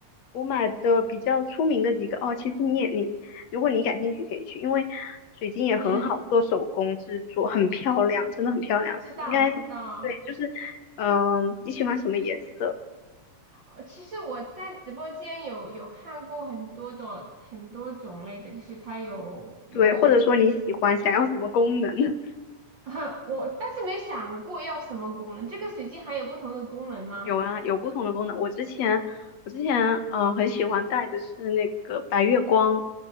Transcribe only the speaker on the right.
嗯，
我知道我知道，
呃，其实我在直播间有有看过很多的很多种类的，就是它有有，
<laughs> 我但是没想过要什么功能。这个水晶还有不同的功能吗？